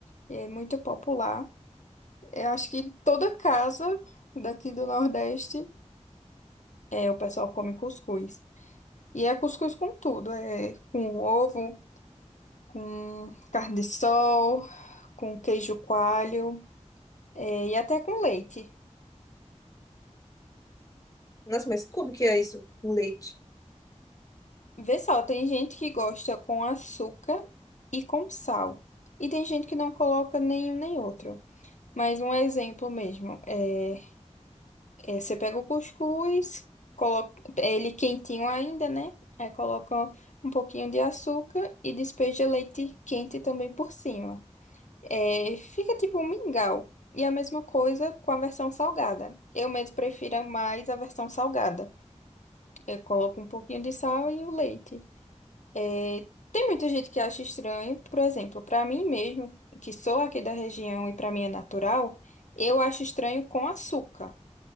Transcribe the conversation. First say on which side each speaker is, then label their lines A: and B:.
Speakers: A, on the left; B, on the left.
A: É muito popular. Eu acho que toda casa daqui do Nordeste, é, o pessoal come cuscuz. E é cuscuz com tudo. É com ovo, com carne de sol, com queijo coalho, é, e até com leite.
B: Nossa, mas como que é isso, com leite?
A: Vê só, tem gente que gosta com açúcar e com sal. E tem gente que não coloca nenhum nem outro. Mas um exemplo mesmo, é, é, você pega o cuscuz, coloca é ele quentinho ainda, né? Aí coloca um pouquinho de açúcar e despeja leite quente também por cima. É, fica tipo um mingau. E a mesma coisa com a versão salgada. Eu mesmo prefiro mais a versão salgada. Eu coloco um pouquinho de sal e o leite. É, tem muita gente que acha estranho, por exemplo, para mim mesmo, que sou aqui da região e para mim é natural, eu acho estranho com açúcar,